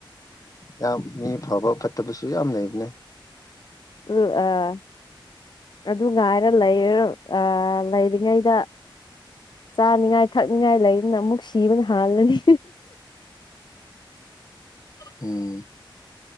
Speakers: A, on the left; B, on the left.
A: ꯌꯥꯝ ꯃꯤ ꯐꯕ ꯐꯠꯇꯕꯁꯨ ꯌꯥꯝ ꯂꯩꯕꯅꯦ
B: ꯎ ꯑꯥ ꯑꯗꯨ ꯉꯥꯏꯔ ꯂꯩ ꯑ ꯂꯩꯔꯤꯉꯩꯗ ꯆꯥꯅꯤꯡꯉꯥꯏ ꯊꯛꯅꯤꯡꯉꯥꯏ ꯂꯩꯗꯅ ꯑꯃꯨꯛ ꯖꯤꯕꯟ ꯍꯜꯅꯅꯤ
A: ꯎꯝ